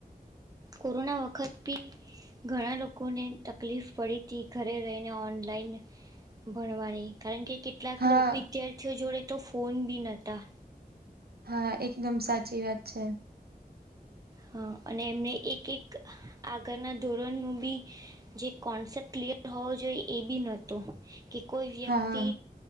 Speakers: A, on the right; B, on the right.
A: કોરોના વખત ભી ઘણા લોકોને તકલીફ પડી તી ઘરે રહીને ઓનલાઈન ભણવાની, કારણ કે કેટલાક
B: હા
A: લોક વિદ્યાર્થીઓ જોડે તો ફોન પણ નતા.
B: હા, એકદમ સાચી વાત છે.
A: હા. અને એમને એક-એક આગળના ધોરણનું બી જે કોન્સેપ્ટ ક્લિયર હોવો જોઈએ એ બી નતો. કે કોઈ વ્યક્તિ
B: હા.